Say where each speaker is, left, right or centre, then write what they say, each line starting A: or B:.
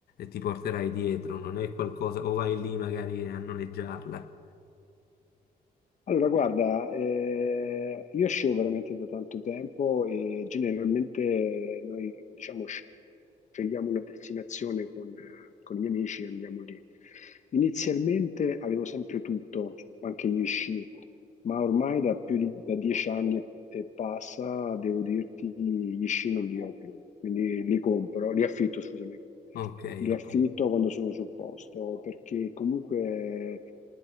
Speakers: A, on the left; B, on the left.
A: ti porterai dietro, non è qualcosa, o vai lì magari a noleggiarla.
B: Allora, guarda, eh, io scio veramente da tanto tempo e generalmente noi, diciamo, sc- scegliamo una destinazione con, con i miei amici e andiamo lì. Inizialmente avevo sempre tutto, anche gli sci ma ormai da più di da dieci anni e passa, devo dirti, gli sci non li ho più, quindi li compro, li affitto, scusami,
A: Ok,
B: li
A: ok,
B: affitto quando sono sul posto, perché comunque